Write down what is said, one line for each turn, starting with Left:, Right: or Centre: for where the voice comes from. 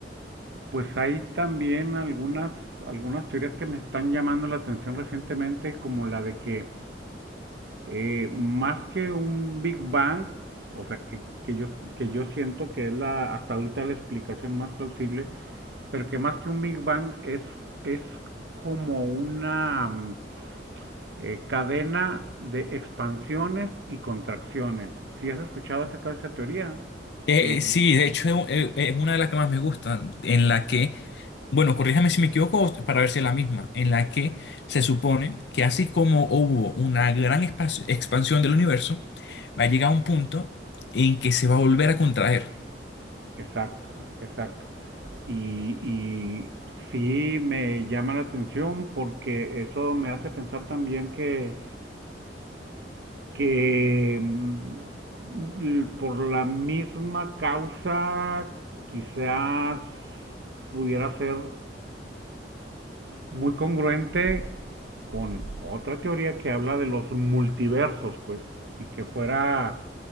Right: pues hay también algunas, algunas teorías que me están llamando la atención recientemente, como la de que Eh, más que un Big Bang, o sea, que, que, yo, que yo siento que es la, hasta ahorita la explicación más plausible, pero que más que un Big Bang es, es como una mm, eh, cadena de expansiones y contracciones. Si has escuchado acerca de esa teoría,
Left: Eh,
Right: que
Left: eh, sí, de hecho eh, eh, es una de las que más me gustan, en la que, bueno, corríjame si me equivoco para ver si es la misma, en la que se supone que así como hubo una gran espa- expansión del universo, va a llegar a un punto en que se va a volver a contraer.
Right: exacto, exacto. Y, y sí me llama la atención porque eso me hace pensar también que que mm, por la misma causa quizás pudiera ser muy congruente con otra teoría que habla de los multiversos, pues, y que fuera